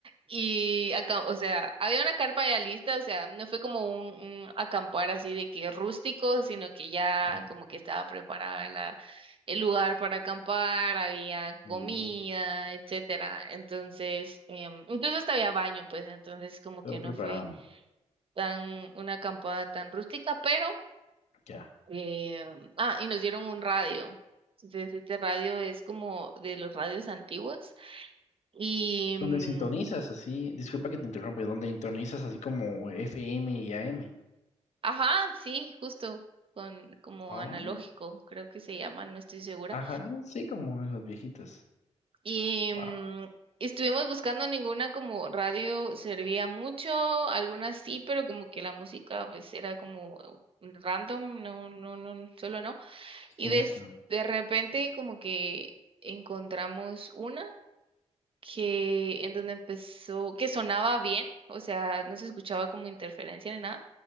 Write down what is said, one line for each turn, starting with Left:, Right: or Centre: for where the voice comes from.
Right: y acá, o sea, había una carpa ya lista, o sea, no fue como un, un acampar así de que rústico, sino que ya
Left: Ah,
Right: como que estaba preparada la, el lugar para acampar, había comida,
Left: mm,
Right: etcétera. Entonces, em, incluso hasta había baño, pues, entonces como
Left: Todo
Right: que no
Left: preparado.
Right: fue tan una acampada tan rústica, pero
Left: Ya.
Right: eh, ah, y nos dieron un radio. Entonces, este radio es como de los radios antiguos. Y
Left: ¿Dónde
Right: mm,
Left: sintonizas así? Disculpa que te interrumpe. ¿Dónde sintonizas así como F M y A M
Right: Ajá, sí, justo, con como
Left: Oh,
Right: analógico, creo que se llama, no estoy segura.
Left: Ajá, sí, como los viejitos.
Right: Y
Left: Wow.
Right: mm, estuvimos buscando ninguna como radio servía mucho, algunas sí, pero como que la música pues era como random, no, no, no, solo no. Y
Left: Cierto.
Right: des- de repente como que encontramos una que en donde empezó, que sonaba bien, o sea, no se escuchaba como interferencia ni nada